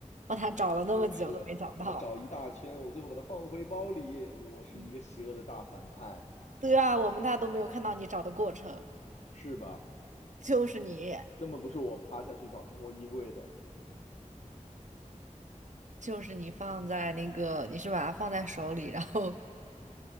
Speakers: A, on the right (about 65°); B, on the left (about 60°).
A: 我他找了那么久都没找到。
B: 就是我们找一大圈，我最后把它放回包里。我是一个邪恶的大反派，
A: 嗯，对啊，我们那都没有看到你找的过程，
B: 是吧？
A: 就是你。
B: 根本不是我趴下去找摸衣柜的。
A: 就是你放在那个，你是把它放在手里，然后